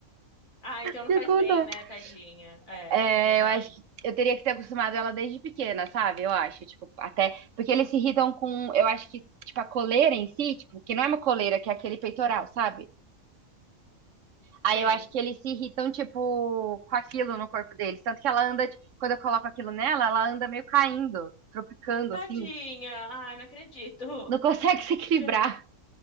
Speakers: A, on the left; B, on the right.
A: Ah, então não
B: Fiquei
A: faz
B: com
A: bem,
B: dó.
A: né,
B: <laughs>
A: tadinha? É,
B: É,
A: é verdade.
B: eu acho que eu teria que ter acostumado ela desde pequena, sabe? Eu acho, tipo, até. Porque eles se irritam com. Eu acho que, tipo, a coleira em si, tipo, que não é uma coleira, que é aquele peitoral, sabe? Aí
A: Sei.
B: eu acho que eles se irritam, tipo, com aquilo no corpo deles. Tanto que ela anda, tipo, quando eu coloco aquilo nela, ela anda meio caindo, tropicando,
A: Tadinha.
B: assim.
A: ah, não acredito.
B: Não <laughs> consegue se equilibrar.
A: Já...